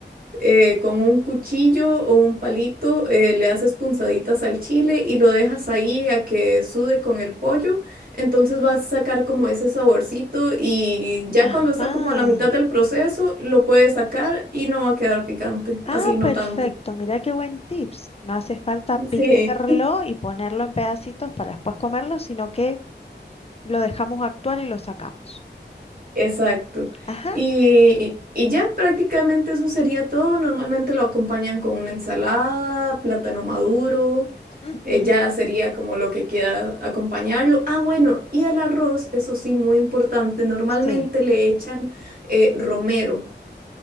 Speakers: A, on the right; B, on the left.
A: eh, con un cuchillo o un palito, eh, le haces punzaditas al chile y lo dejas ahí a que sude con el pollo. Entonces vas a sacar como ese saborcito y ya
B: Ajá.
A: cuando está como a la mitad del proceso, lo puedes sacar y no va a quedar picante,
B: Ah,
A: así no
B: perfecto.
A: tanto.
B: Mira qué buen tips. No hace falta picarlo
A: Sí.
B: y ponerlo en pedacitos para después comerlo, sino que lo dejamos actuar y lo sacamos.
A: Exacto.
B: Ajá.
A: Y, y ya prácticamente eso sería todo. Normalmente lo acompañan con una ensalada, plátano maduro.
B: ujú,
A: eh, ya sería como lo que quiera acompañarlo. Ah, bueno, y el arroz, eso sí, muy importante. Normalmente
B: Sí.
A: le echan eh, romero.